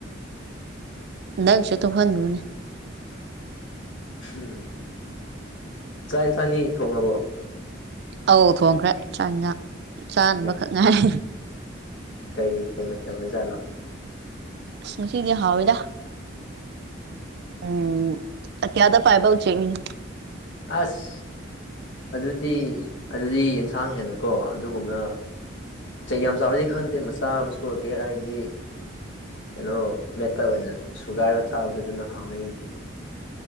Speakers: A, on the right; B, on the left.
A: ꯅꯪꯁꯨ ꯇꯨꯍꯟꯅꯨꯅꯦ
B: ꯎꯝ ꯆꯥꯛ ꯏꯟꯁꯥꯡꯗꯤ ꯊꯣꯡꯉꯕꯣ
A: ꯑꯧ ꯊꯣꯡꯈ꯭ꯔꯦ ꯆꯥꯡ ꯢꯟꯁꯥꯛ ꯆꯥꯅꯕꯈꯛ
B: ꯑꯦ
A: ꯉꯥꯏꯔ
B: ꯀꯩ ꯀꯩ ꯃꯊꯦꯜ ꯑꯣꯏ ꯁꯥꯟ ꯅꯣ
A: ꯉꯥꯁꯤꯗꯤ ꯍꯥꯎꯋꯤꯗ ꯎꯝ ꯑꯇꯤꯌꯥꯗ ꯄꯥꯏꯕ ꯎꯆꯦꯛꯅꯦ
B: ꯑꯁ ꯑꯗꯨꯗꯤ ꯑꯗꯨꯗꯤ ꯌꯦꯟꯁꯥꯡ ꯍꯦꯟꯅꯀꯣ ꯑꯗꯨꯒꯨꯝꯅ ꯆꯍꯤ ꯌꯥꯝ ꯆꯥꯎꯔꯗꯤ ꯈꯪꯗꯦ ꯃꯆꯥ ꯑꯃ ꯁꯨꯔꯒꯦ ꯍꯥꯏꯔꯗꯤ ꯀꯩꯅꯣ ꯃꯦꯠꯇ ꯑꯣꯏꯅ ꯁꯨꯒꯥꯏꯔꯒ ꯆꯥꯕꯗ ꯑꯗꯨꯅ ꯍꯥꯎꯋꯦ ꯑꯩꯗꯤ